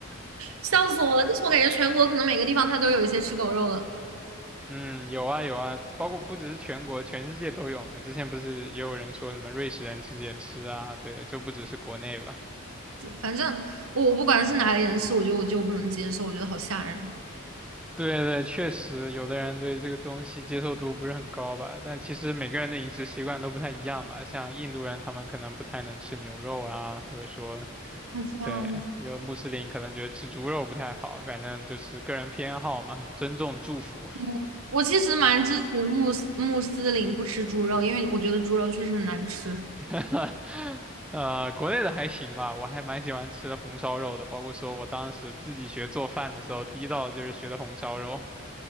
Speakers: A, on the right (about 80°); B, in the centre.
A: 笑死我了！就是我感觉全国可能每个地方它都有一些吃狗肉的，
B: 嗯，有啊有啊，包括不只是全国，全世界都有嘛。之前不是也有人说什么瑞士人其实也吃啊，对，就不只是国内吧。
A: 反正我我不管是哪里人吃，我觉得我就不能接受，我觉得好吓人。
B: 对对，确实有的人对这个东西接受度不是很高吧，但其实每个人的饮食习惯都不太一样吧。像印度人，他们可能不太能吃牛肉啊，或者说
A: 那这样子，
B: 对，有穆斯林可能觉得吃猪肉不太好，反正就是个人偏好嘛，尊重祝福。
A: 嗯我其实蛮支持穆斯穆斯林不吃猪肉，因为我觉得猪肉确实很难吃
B: <laughs> 呃，国内的还行吧，我还蛮喜欢吃红烧肉的，包括说我当时自己学做饭的时候，第一道就是学的红烧肉。